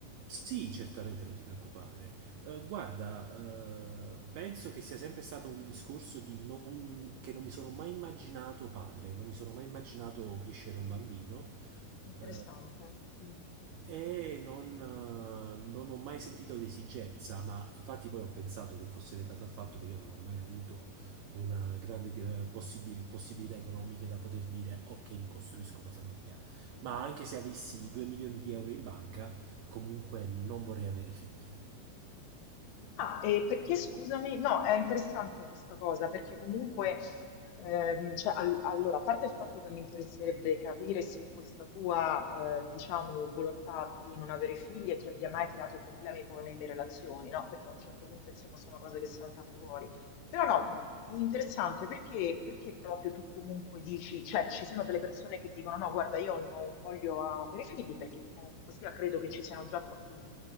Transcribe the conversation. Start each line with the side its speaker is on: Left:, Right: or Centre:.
Right: Sì, certamente, non ti preoccupare. Eh, guarda, eh, penso che sia sempre stato un discorso di non, che non mi sono mai immaginato padre, non mi sono mai immaginato crescere un bambino
Left: Interessante.
Right: eh,
Left: Mm.
Right: e non, eh, non ho mai sentito l'esigenza, ma infatti poi ho pensato che fosse legato al fatto che io non ho mai avuto una grande eh, possibi- possibilità economiche da poter dire ok, mi costruisco una famiglia ma anche se avessi 2 milioni di euro in banca, comunque non vorrei avere figli.
Left: Ah, e perché scusami? No, è interessante questa cosa perché comunque, ehm, cioè, al- allora, a parte il fatto che mi interesserebbe capire se questa tua, eh, diciamo, volontà di non avere figli ti abbia mai creato problemi poi nelle relazioni, no? Perché a un certo punto, insomma, sono cose che saltano fuori. Però no, interessante perché, perché proprio tu comunque dici, cioè, ci sono delle persone che dicono no, guarda, io non voglio avere figli perché comunque sia credo che ci siano già troppi